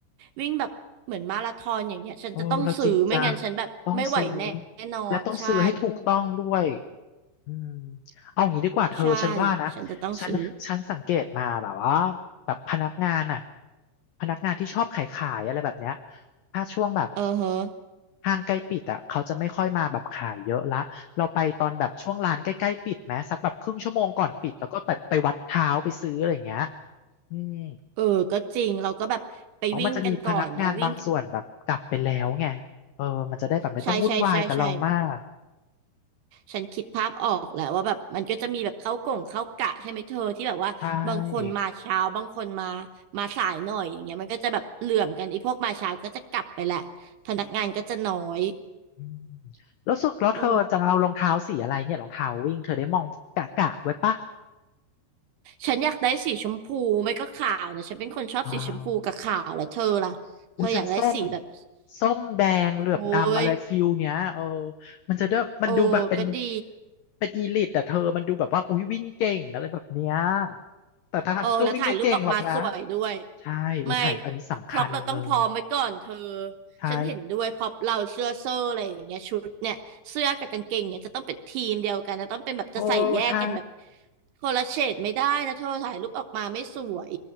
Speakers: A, on the right; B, on the left.
A: วิ่งแบบเหมือนมาราธอนอย่างเงี้ยฉันจะต้องซื้อไม่งั้นฉันแบบไม่ไหวแน่นอนใช่
B: โอ้เราจริงจังต้องซื้อและต้องซื้อให้ถูกต้องด้วยอืมเอาอย่างนี้ดีกว่าเธอฉันว่านะ
A: ใช่ฉันจะต้องซื้อ
B: ฉันฉันสังเกตมาแบบว่าแบบพนักงานอะพนักงานที่ชอบขายขายอะไรแบบเนี้ยถ้าช่วงแบบ
A: เออเฮะ
B: ห้างใกล้ปิดอะเขาจะไม่ค่อยมาแบบขายเยอะละเราไปตอนแบบช่วงร้านใกล้ๆปิดไหมสักแบบครึ่งชั่วโมงก่อนปิดแล้วก็ไปไปวัดเท้าไปซื้ออะไรอย่างเงี้ยอืม
A: เออก็จริงเราก็แบบไปวิ่งกันก่อนเนาะวิ่ง
B: อ๋อมันจะมีพนักงานบางส่วนแบบกลับไปแล้วไงเออมันจะได้แบบไม่ต้องวุ่นวายกับเรามาก
A: ใช่ใช่ใช่ใช่ฉันคิดภาพออกแหละว่าแบบมันก็จะมีแบบเข้ากล่งเข้ากะใช่ไหมเธอที่แบบว่าบางคนมาเช้าบางคนมา
B: ใช่
A: มาสายหน่อยอย่างเงี้ยมันก็จะแบบเหลื่อมกันไอ้พวกมาเช้าก็จะกลับไปแหละพนักงานก็จะน้อย
B: อืมแล้วสุดแล้วเธอจะเอารองเท้าสีอะไรเนี่ยรองเท้าวิ่งเธอได้มองกะกะไว้ปะ
A: เออ ฉันอยากได้สีชมพูไม่ก็ขาวเนี่ยฉันเป็นคนชอบสีชมพูกับขาวแล้วเธอล่ะเธออยากได้สีแบบ
B: อ้าวอุ้ยฉันส้มส้มแดงเหลือบดำอะไรฟิลเนี้ยเออ
A: โอ้ย
B: มันจะได้มันดูแบบเป็น
A: โอ้ก็ดี
B: เป็นอีลิทแต่เธอมันดูแบบว่าอุ้ยวิ่งเก่งอะไรแบบเนี้ยแต่ทางที่ก็วิ่งไม่เก่งหรอกนะ
A: โอ้แล้วถ่ายรูปออกมาสวยด้วย
B: ใช่อุ้ยถ่ายอันนี้สำคัญเลย
A: ไม่พร็อพเราต้องพร้อมไว้ก่อนเธอ
B: ใช่
A: ฉันเห็นด้วยพร็อพเราเสื้อเซอร์อะไรอย่างเงี้ยชุดเนี่ยเสื้อกับกางเกงเนี่ยจะต้องเป็นทีมเดียวกันนะต้องเป็นแบบจะใส่แยกกันแบบ
B: โอ้ใช่
A: คนละเฉดไม่ได้นะเธอถ่ายรูปออกมาไม่สวย